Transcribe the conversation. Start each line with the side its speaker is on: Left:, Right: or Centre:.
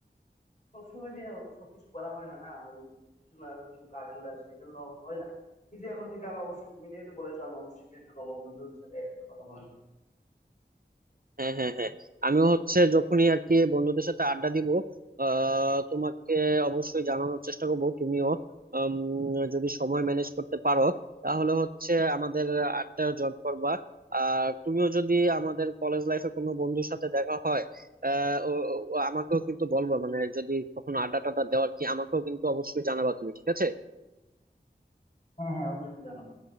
Left: সবসময় যে সবকিছু করা হয় না না ওই কিছু না কিছু কাজ চলে আসে এই জন্য হয় না কিন্তু এখন থেকে আমি অবশ্যই তুমি যেহেতু বলেছো আমি অবশ্যই চেষ্টা করবো বন্ধুদের সাথে একসাথে কথা বলার
Right: হ্যাঁ হ্যাঁ হ্যাঁ আমিও হচ্ছে যখনই আর কি বন্ধুদের সাথে আড্ডা দিব আহ তোমাকে অবশ্যই জানানোর চেষ্টা করবো তুমিও উম, যদি সময় ম্যানেজ করতে পারো তাহলে হচ্ছে আমাদের আড্ডা জয়েন করবা আর তুমিও যদি আমাদের কলেজ লাইফে কোনো বন্ধুর সাথে দেখা হয় আহ ও- ও- আমাকেও কিন্তু বলবা মানে যদি কখনো আড্ডা টাড্ডা দেওয়ার কি আমাকেও কিন্তু অবশ্যই জানাবা তুমি ঠিক আছে
Left: হ্যাঁ হ্যাঁ অবশ্যই জানাবো